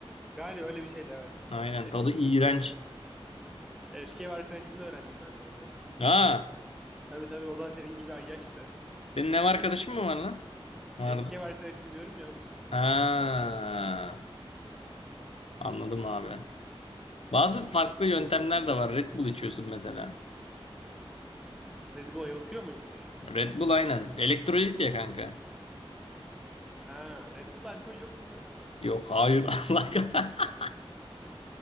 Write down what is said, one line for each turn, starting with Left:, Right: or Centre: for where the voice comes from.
Centre: Galiba öyle bir şeydi evet.
Left: Aynen
Centre: Eski,
Left: tadı iğrenç.
Centre: es, eski ev arkadaşımla öğrendim ben de onu.
Left: Ha,
Centre: Tabii tabii o da senin gibi ay yaştı.
Left: senin ev arkadaşın mı var lan? Vardı.
Centre: Eski ev arkadaşım diyorum ya oğlum.
Left: Ha, anladım abi. Bazı farklı yöntemler de var. Red Bull içiyorsun mesela.
Centre: Red Bull ayıltıyor muymuş?
Left: Red Bull aynen. Elektrolit ya kanka.
Centre: Ha, Red Bull'da alkol yok değil mi?
Left: Yok hayır <laughs> Allah kah-